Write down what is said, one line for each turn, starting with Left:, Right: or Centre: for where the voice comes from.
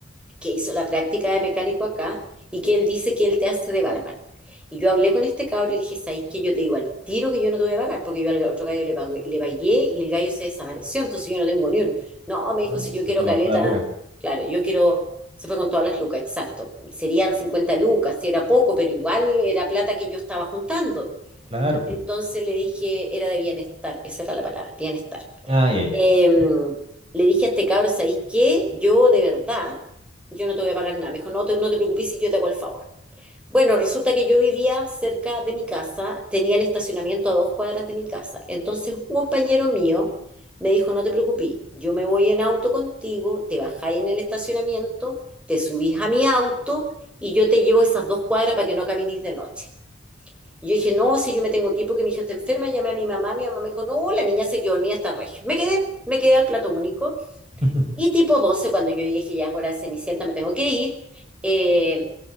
Centre: que hizo la práctica de mecánico acá y que él dice que él te hace de barman. Y yo hablé con este cabro y le dije, ¿sabes qué? Yo te digo al tiro que yo no te voy a pagar, porque yo al otro gallo le, pagué- le pagué y el gallo se desapareció, entonces yo no tengo ni uno. No, me
Right: oh,
Centre: dijo, si yo quiero
Right: se fue
Centre: caleta,
Right: con toda Lucas.
Centre: claro, yo quiero, se fue con todas las lucas, exacto. Serían 50 lucas, si era poco, pero igual era plata que yo estaba juntando.
Right: Claro.
Centre: Entonces le dije, era de bienestar, esa era la palabra, bienestar.
Right: Ah, ya, ya.
Centre: Eh,
Right: vale.
Centre: le dije a este cabro, ¿sabéis qué? Yo de verdad, yo no te voy a pagar nada. Me dijo, no te, no te preocupes si yo te hago el favor. Bueno, resulta que yo vivía cerca de mi casa, tenía el estacionamiento a dos cuadras de mi casa. Entonces un compañero mío me dijo, no te preocupes, yo me voy en auto contigo, te bajáis en el estacionamiento, te subís a mi auto y yo te llevo esas dos cuadras para que no camines de noche. Y yo dije, no, si yo me tengo que ir porque mi hija está enferma, llamé a mi mamá, mi mamá me dijo, no, la niña se quedó dormida hasta regio. Me quedé, me quedé al plato único.
Right: <laughs>
Centre: Y tipo 12 cuando yo dije, ya es hora de Cenicienta, me tengo que ir, eh,